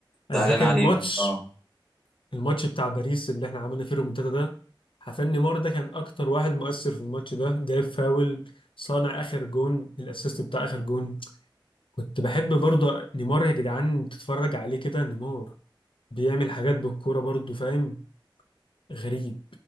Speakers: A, on the left; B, in the centre.
A: انا
B: زعلان
A: فاكر
B: عليك
A: الماتش
B: اه
A: الماتش بتاع باريس اللي احنا عملنا فيه الريمونتادا ده حرفيا نيمار ده كان اكتر واحد مؤثر في الماتش ده جايب فاول صانع اخر جون الاسيست بتاع اخر جون كنت بحب برضو نيمار يا جدعان تتفرج عليه كده نيمار بيعمل حاجات بالكورة برضو فاهم غريب